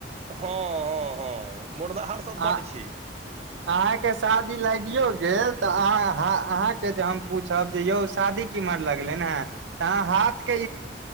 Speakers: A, on the right (about 35°); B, on the right (about 85°).
A: हँ हँ हँ मोरनाहार सब
B: आ
A: बड्ड छै।
B: <inaudible> अहाँके शादी लागियो गेल तऽ अह अहाँके जे हम पूछब जे यौ शादी। केमहर लगलनि हे त अहा हाथ के